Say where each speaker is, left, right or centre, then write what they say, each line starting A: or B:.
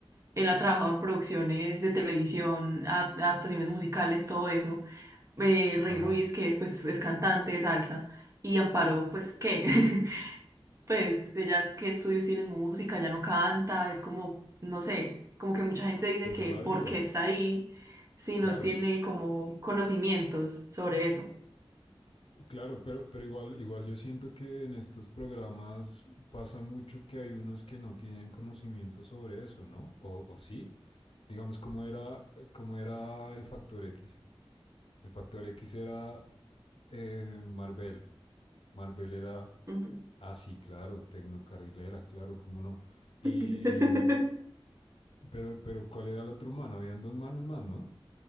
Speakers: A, on the right; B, on the left.
A: él ha trabajado en producciones de televisión, adap- adaptaciones musicales, todo eso. Eh, Rey
B: Ajá,
A: Ruiz, que pues es cantante de salsa. Y Amparo, pues, ¿qué? <laughs> Pues ella, ¿qué estudios tiene en música? Ya no canta, es como, no sé, como que mucha gente dice
B: pues
A: que
B: de la
A: ¿por
B: diva,
A: qué está ahí si
B: claro.
A: no tiene como conocimientos sobre eso?
B: Claro, pero, pero igual, igual yo siento que en estos programas pasa mucho que hay unos que no tienen conocimiento sobre eso, ¿no? O, o sí, digamos, ¿cómo era, cómo era el Factor X? El Factor X era eh, Marvel. Marvel era,
A: Ujú.
B: ah, sí, claro, tecnocarrilera, claro, cómo no. Y,
A: <laughs>
B: mm, pero, pero, ¿cuál era el otro man? Habían dos manes más, ¿no?